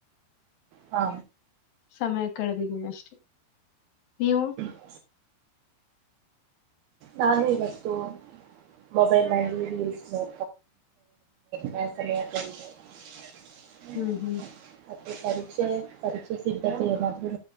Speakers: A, on the right (about 75°); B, on the left (about 65°).
A: ಹಾ
B: ಸಮಯ ಕಳೆದಿದ್ದೀನಿ ಅಷ್ಟೆ ನೀವು
A: ಹ ನಾನು ಇವತ್ತು ಮೊಬೈಲ್ ನಲ್ಲಿ ರೀಲ್ ನೋ ಮ ಸರಿ <unintelligible>
B: ಹ್ಮ್ ಹ್ಮ್
A: ಮತ್ತೆ ಪರೀಕ್ಷೆ ಪರೀಕ್ಷೆ ಸಿದ್ಧತೆ ಏನಾದ